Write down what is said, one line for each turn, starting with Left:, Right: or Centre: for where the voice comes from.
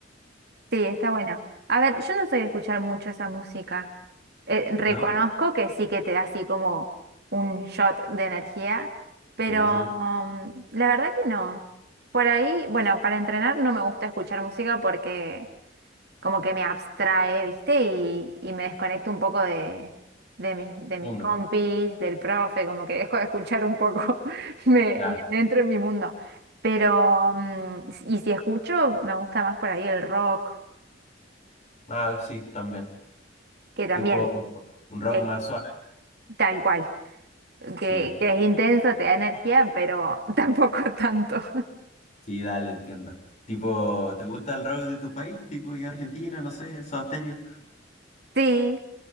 Right: Sí, está bueno. A ver, yo no soy de escuchar mucho esa música. Eh, reconozco
Left: ¿no?
Right: que sí que te da así como un shot de energía, pero
Left: Sí, sí, sí.
Right: um, la verdad que no. Por ahí, bueno, para entrenar no me gusta escuchar música porque como que me abstrae, ¿viste? Y, y me desconecto un poco de, de mis, de
Left: El mundo,
Right: mis compis, del profe, como que dejo de escuchar un poco, <laughs> me,
Left: claro.
Right: me entro en mi mundo. Pero, mm, y si escucho, me gusta más por ahí el rock.
Left: Ah, sí, también.
Right: que también
Left: Tipo un rock
Right: es
Left: más suave.
Right: tal cual, que,
Left: Sí, entiendo.
Right: que es intenso, te da energía, pero <laughs> tampoco tanto.
Left: Sí, dale, entiendo. Tipo, ¿te gusta el rock de tu país? Tipo, y Argentina, no sé, Soda Stereo.
Right: Sí,